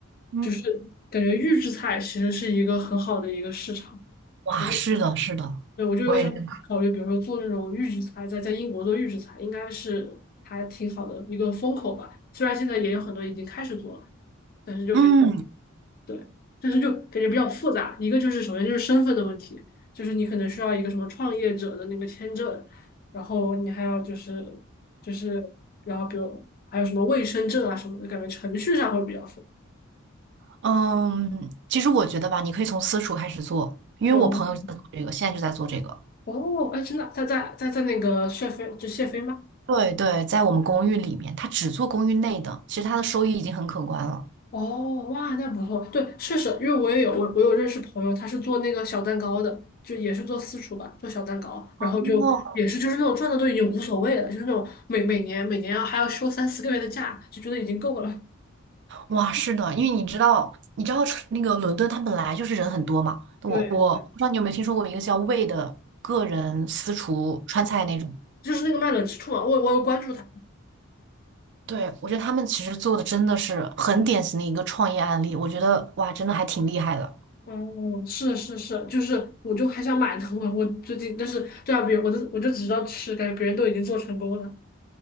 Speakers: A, on the right; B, on the left.
A: 嗯，
B: 就是感觉预制菜其实是一个很好的一个市场，
A: 哇，
B: 我就
A: 是的，是的，
B: 对我就有想考虑，
A: 我也认，
B: 比如说做那种预制菜，在在英国做预制菜，应该是还挺好的一个风口吧。虽然现在也有很多已经开始做了。但是就感
A: 嗯
B: 对，但是就感觉比较复杂。一个就是首先就是身份的问题，就是你可能需要一个什么创业者的那个签证，然后你还要就是就是，然后比如还有什么卫生证啊什么的，感觉程序上会比较复杂。
A: 嗯，其实我觉得吧，你可以从私厨开始做，因为我朋友就在做这个，
B: 哦
A: 现在就在做这个。
B: 哦，哎，真的，在在在在那个谢飞就谢飞吗？
A: 对对，在我们公寓里面，他只做公寓内的，其实他的收益已经很可观了。
B: 哦，哇，那不错。对，确实，因为我也有我我有认识朋友，他是做那个小蛋糕的，就也是做私厨吧，做小蛋糕，然后就也是就是那种赚的都已经无所谓了，
A: 哦，
B: 就是那种每每年每年要还要休三四个月的假，就觉得已经够了。<laughs>
A: 哇，是的，因为你知道，你知道那个伦敦，它本来就是人很多嘛。我我不知道你有没有听说过一个叫魏的个人私厨川菜那种。
B: 对，对就是那个卖冷之处嘛，我我有关注他。
A: 对，我觉得他们其实做的真的是很典型的一个创业案例，我觉得哇，真的还挺厉害的。
B: 哦，是是是，就是我就还想买呢，我我最近，但是对啊，别人我就我就只知道吃，感觉别人都已经做成功了。